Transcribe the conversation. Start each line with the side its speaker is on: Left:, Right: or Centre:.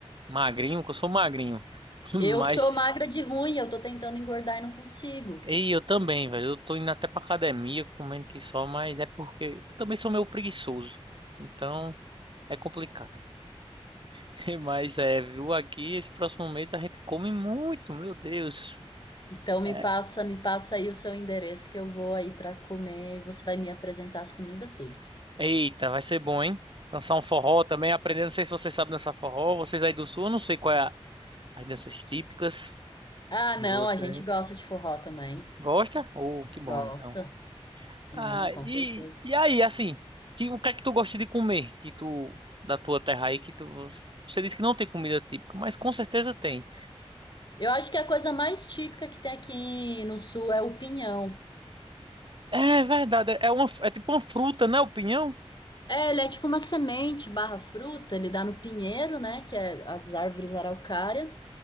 Right: magrinho, que eu sou magrinho. <laughs> Mas,
Left: Eu sou magra de ruim, eu tô tentando engordar e não consigo.
Right: e eu também, velho. Eu tô indo até pra academia, comendo que só, mas é porque eu também sou meio preguiçoso. Então, é complicado. <laughs> Mas é, viu aqui, esse próximo mês a gente come muito, meu Deus.
Left: Então me
Right: É,
Left: passa, me passa aí o seu endereço que eu vou aí pra comer e você vai me apresentar as comidas tudo.
Right: Eita, vai ser bom, hein? Dançar um forró também, aprender. Não sei se você sabe dançar forró. Vocês aí do sul, eu não sei qual é a- as danças típicas
Left: Ah,
Right: de
Left: não,
Right: você
Left: a gente gosta de forró também.
Right: Gosta? Oh, que bom,
Left: Gosta?
Right: então. Ah,
Left: Ah, com
Right: e,
Left: certeza.
Right: e aí, assim, que, o que é que tu gosta de comer? Que tu, da tua terra aí, que tu, você disse que não tem comida típica, mas com certeza tem.
Left: Eu acho que a coisa mais típica que tem aqui no sul é o pinhão.
Right: É verdade, é uma, é tipo uma fruta, né? O pinhão?
Left: É, ele é tipo uma semente barra fruta, ele dá no pinheiro, né? Que é as árvores araucária.